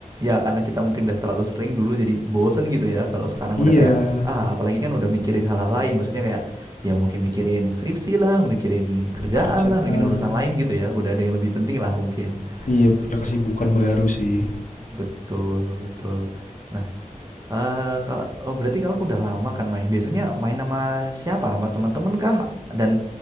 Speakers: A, on the right (about 25°); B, on the left (about 70°).
A: ya karena kita mungkin udah terlalu sering dulu jadi bosen gitu ya. Kalau sekarang
B: Iya,
A: udah kayak ah apalagi kan udah mikirin hal-hal lain. Maksudnya kayak ya mungkin mikirin skripsi lah, mikirin kerjaan
B: kerjaan.
A: lah, mikirin urusan lain gitu ya. Udah ada yang lebih penting lah mungkin.
B: Iya, punya kesibukan
A: Ya,
B: baru sih.
A: Betul, betul. Nah, ka- kalau oh, berarti kalau udah lama kan main, biasanya main sama siapa? Sama teman-teman kah? Dan